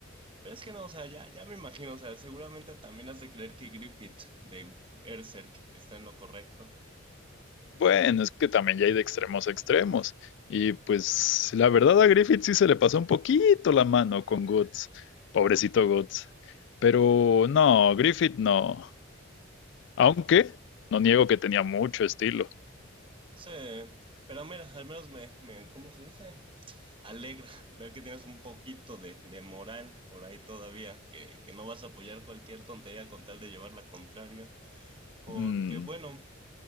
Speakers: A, on the right; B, on the left.
A: Pero es que no, o sea, ya, ya me imagino, o sea, seguramente también has de creer que Griffith de Berserk está en lo correcto.
B: Bueno, es que también ya hay de extremos a extremos. Y pues la verdad a Griffith sí se le pasó un poquito la mano con Guts. Pobrecito Guts. Pero no, Griffith no. Aunque no niego que tenía mucho estilo.
A: Sí, pero mira, al menos me, me, ¿cómo se dice? Alegra ver que tienes un poquito de, de moral por ahí todavía, que, que no vas a apoyar cualquier tontería con tal de llevar la contraria, porque
B: Mm,
A: bueno,